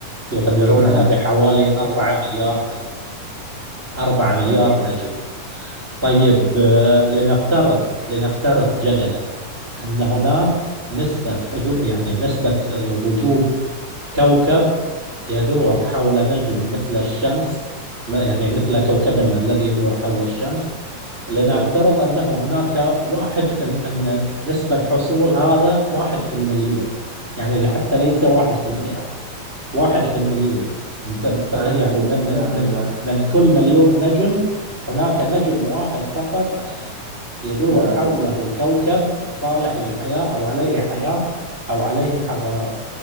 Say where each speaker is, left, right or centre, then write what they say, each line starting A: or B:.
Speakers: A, on the right (about 20°); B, on the right (about 50°).
A: يقدرونها
B: نعم
A: بحوالي 4 مليار نجم 4 مليار
B: نعم بالطبع.
A: نجم طيب آه، لنفترض لنفترض جدلا أن هناك نسبة حدو يعني نسبة آه، وجود كوكب يدور حول نجم مثل الشمس ما- يعني مثل كوكبنا الذي يدور حول الشمس لنفترض
B: نعم
A: أنه هناك واحد أن أن نسبة حصول هذا واحد في المليون يعني حتى ليس واحد في المئة واحد في المليون انت متخيل
B: نعم
A: يعني
B: يمكن
A: من, من,
B: نعم
A: من
B: نعم
A: من كل مليون نجم هناك نجم واحد فقط آه، يدور
B: نعم
A: حوله كوكب صالح للحياة أو عليه حياة أو عليه حضارة